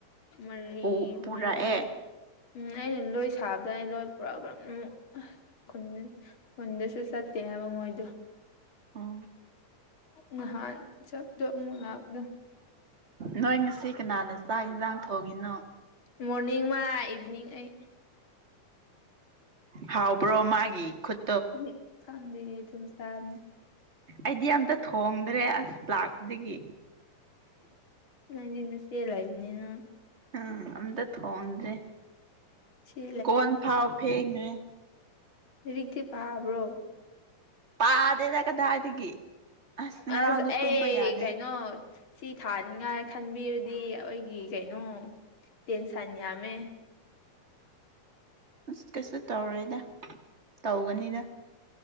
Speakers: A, on the left (about 40°); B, on the right (about 25°).
A: ꯃꯔꯤ
B: ꯄꯨ ꯄꯨꯔꯛꯑꯦ
A: ꯃꯔ ꯎꯝ ꯅꯩꯅ ꯂꯣꯏ ꯁꯥꯕꯗ ꯑꯩ ꯂꯣꯏ ꯄꯨꯔꯒꯔꯝ ꯑꯝ ꯈꯨꯟ ꯈꯨꯟꯗꯁꯨ ꯆꯠ ꯇꯦ ꯍꯥꯏꯕ ꯃꯣꯏꯗꯨ
B: ꯑꯥ
A: ꯅꯥꯍꯥꯟ ꯆꯞꯇ ꯎꯝ ꯂꯥꯛꯕꯗꯨ
B: ꯅꯣꯏ ꯉꯁꯤ ꯀꯅꯥꯅ ꯆꯥꯛ ꯍꯤꯟꯖꯥꯡ ꯊꯣꯡꯏꯤꯅꯣ
A: ꯃꯣꯔꯅꯤꯡ ꯃꯥ ꯏꯚꯤꯅꯤꯡ ꯑꯩ
B: ꯍꯥꯎꯕ꯭ꯔꯣ ꯃꯥꯒꯤ ꯈꯨꯠ
A: ꯎꯍꯨ ꯈꯪꯗꯦ ꯑꯗꯨꯝ ꯆꯕꯅꯦ
B: ꯑꯩꯗꯤ ꯑꯝꯇ ꯊꯣꯡꯗ꯭ꯔꯦ ꯑꯁ ꯂꯥꯛꯄꯗꯒꯤ
A: ꯅꯪꯗꯤ ꯅꯆꯦ ꯂꯩꯕꯅꯤꯅ
B: ꯎꯝ ꯑꯝꯇ ꯊꯣꯡꯗ꯭ꯔꯦ
A: ꯏꯆꯦ
B: ꯀꯣꯟ ꯐꯥꯎ ꯐꯦꯡꯗ꯭ꯔꯦ
A: ꯔꯤꯇꯤ ꯄꯕ꯭ꯔꯣ
B: ꯄꯥꯗꯦꯗ ꯀꯗꯥꯏꯗꯒꯤ ꯉꯔꯥꯡꯗꯣ
A: ꯑꯁ ꯑꯩ
B: ꯇꯨꯝꯕ ꯌꯥꯗꯦ
A: ꯀꯩꯅꯣ ꯁꯤ ꯊꯥꯅꯤꯡꯉꯥꯏ ꯈꯟꯕꯤꯔꯗꯤ ꯑꯩꯒꯤ ꯀꯩꯅꯣ ꯇꯦꯟꯁꯟ ꯌꯥꯝꯃꯦ
B: ꯑꯁ ꯀꯩꯁꯨ ꯇꯧꯔꯣꯏꯗ ꯇꯧꯒꯅꯤꯗ